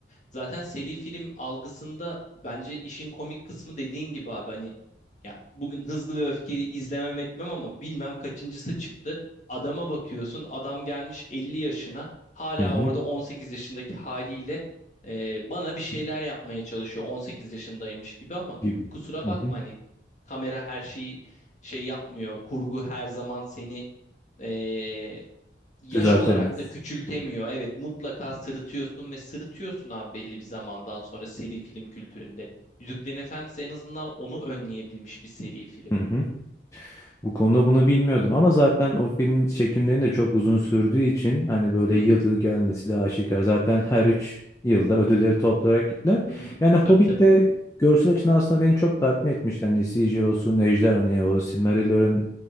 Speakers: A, on the left; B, on the left.
A: Zaten seri film algısında bence işin komik kısmı dediğin gibi abi hani ya bugün Hızlı ve Öfkeli izlemem etmem ama bilmem kaçıncısı çıktı. Adama bakıyorsun adam gelmiş elli yaşına hala
B: hı hı,
A: orada 18 yaşındaki haliyle e, bana bir şeyler yapmaya çalışıyor 18 yaşındaymış gibi ama
B: gibi.
A: kusura
B: Hı
A: bakma
B: hı.
A: hani kamera her şeyi şey yapmıyor. Kurgu her zaman seni e, yaş
B: Düzeltemez.
A: olarak da küçültemiyor. Evet mutlaka sırıtıyorsun ve sırıtıyorsun abi belli bir zamandan sonra seri film kültüründe. Yüzüklerin Efendisi en azından onu önleyebilmiş bir seri film.
B: Hı hı. Bu konuda bunu bilmiyordum ama zaten o film çekimlerinin de çok uzun sürdüğü için hani böyle
A: Hı
B: yıl
A: hı
B: yıl gelmesi de aşikar. Zaten
A: hı hı
B: her üç yılda ödülleri toplayarak gittiler.
A: hı hı.
B: Yani Hobbit
A: Tabii tabii.
B: de görsel açıdan aslında beni çok tatmin etmişti. Hani CGI olsun, Ejder hani o Silmarillion'un